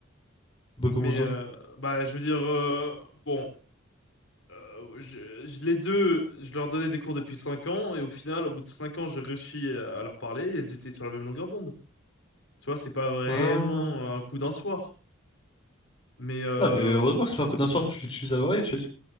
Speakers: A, on the left; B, on the left.
A: Bah comment
B: Mais
A: ça?
B: euh, bah, je veux dire, euh, bon, euh, je, je- les deux, je leur donnais des cours depuis 5 ans, et au final, au bout de 5 ans, j'ai réussi à à leur parler, et elles étaient sur la même longueur d'onde. Tu vois, c'est pas vraiment
A: Ah.
B: un coup d'un soir. Mais euh,
A: Ah, mais heureusement que c'est pas un coup d'un soir, tu l'utilises à marier, tu as dit.